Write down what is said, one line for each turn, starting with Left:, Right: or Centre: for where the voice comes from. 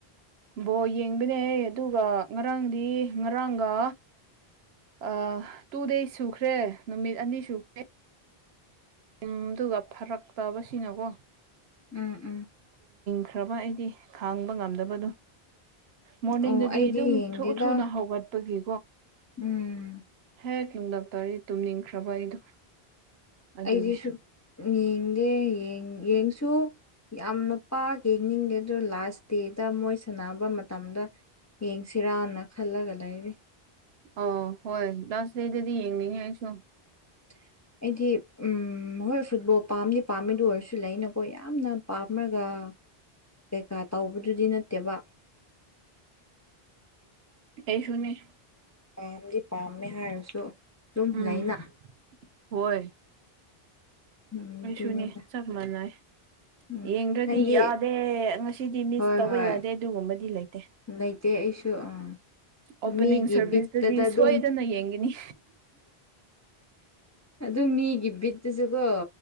Right: ꯕꯣꯜ ꯌꯦꯡꯕꯅꯦ ꯑꯗꯨꯒ ꯉꯔꯥꯡꯗꯤ ꯉꯔꯥꯡꯒ ꯑ ꯇꯨ ꯗꯦꯁ ꯁꯨꯈ꯭ꯔꯦ ꯅꯨꯃꯤꯠ ꯑꯅꯤ ꯁꯨꯈ꯭ꯔꯦ ꯎ ꯑꯗꯨꯒ ꯐꯔꯛꯇꯕꯁꯤꯅꯀꯣ
Left: ꯎꯝ ꯎꯝ
Right: ꯈ꯭ꯔꯕ ꯑꯩꯗꯤ ꯈꯥꯡꯕ ꯉꯝꯗꯕꯗꫭ ꯃꯣꯔꯅꯤꯡꯗꯗꯤ
Left: ꯑꯣ ꯑꯩꯗꯤ
Right: ꯑꯗꯨꯝ
Left: ꯌꯦꯡꯗꯦꯗ
Right: ꯊꯨ ꯊꯨꯅ ꯍꯧꯒꯠꯄꯒꯤ
Left: ꯎꯝ
Right: ꯍꯦꯛ ꯅꯨꯡꯗꯥꯥꯛ ꯇꯔꯤ ꯇꯨꯝꯅꯤꯡꯈ꯭ꯔꯕ ꯑꯩꯗꯣ ꯑꯗꯨꯒꯤ
Left: ꯑꯩꯗꯤ ꯁꯨꯛ ꯌꯦꯡꯗꯦ ꯌ‌‍ꯡ ꯌꯦꯡꯁꯨ ꯌꯥꯝꯅ ꯄꯥꯛ ꯌꯦꯡꯅꯤꯡꯗꯦ ꯑꯗꯨ ꯂꯥꯁ ꯗꯦꯗ ꯃꯣꯏ ꯁꯥꯟꯅꯕ ꯃꯇꯝꯗ ꯌꯦꯡꯁꯤꯔꯥꯅ ꯈꯜꯂꯒ ꯂꯩꯔꯤ
Right: ꯑ ꯍꯣꯏ ꯂꯁꯗ‌ꯦꯗꯗꯤ ꯌꯦꯡꯅꯤꯡꯉꯤ ꯑꯩꯁꯨ
Left: <unintelligible> ꯑꯩꯗꯤ ꯑꯩ ꯍꯣꯏ ꯐꯨꯠꯕꯣꯜ ꯄꯥꯝꯗꯤ ꯄꯥꯝꯃꯤ ꯑꯗꯨ ꯑꯣꯏꯔꯁꯨ ꯂꯩꯅꯀꯣ ꯌꯥꯝꯅ ꯄꯥꯝꫪꯒ ꯀꯩꯀꯥ ꯇꯧꯕꯗꯨꯗꯤ ꯅꯠꯇꯦꯕ
Right: ꯑꯩꯁꯨꯅꯤ
Left: ꯄꯥꯝꯗꯤ ꯄꯥꯝꯃꯦ ꯍꯥꯏꯔꯁꯨ ꯑꯗꯨꯝ
Right: ꯎꯝ
Left: ꯂꯩꯅ
Right: ꯍꯣꯏ
Left: ꯎꯝ
Right: ꯑꯩꯁꯨꯅꯤ
Left: ꯑꯗꯨꯅꯦꯗ
Right: ꯆꯞ ꯃꯟꯅꯩ
Left: ꯎꯝ
Right: ꯌꯦꯡꯗ꯭ꯔꯗꯤ
Left: ꯅꯪꯗꯤ
Right: ꯌꯥꯗꯦ ꯉꯁꯤꯗꯤ ꯃꯤꯁ
Left: ꯍꯣꯏ
Right: ꯇꯧꯕ
Left: ꯍꯣꯏ
Right: ꯌꯥꯗꯦ ꯑꯗꯨꯒꯨꯝꯕꯗꯤ ꯂꯩ
Left: ꯂꯩꯇꯦ ꯑꯩꯁꯨ ꯑꯥ
Right: ꯑꯣꯞꯄꯅꯤꯡ
Left: ꯃꯤꯒꯤ
Right: ꯁꯔꯚꯤꯁꯇꯗꯤ
Left: ꯕꯤꯠꯇꯗ ꯑꯗꯨꯝ
Right: ꯁꯣꯏꯗꯅ ꯌꯦꯡꯒꯅꯤ
Left: ꯑꯗꯨ ꯃꯤꯒꯤ ꯕꯤꯠꯇꯨꯁꯨꯀꯣ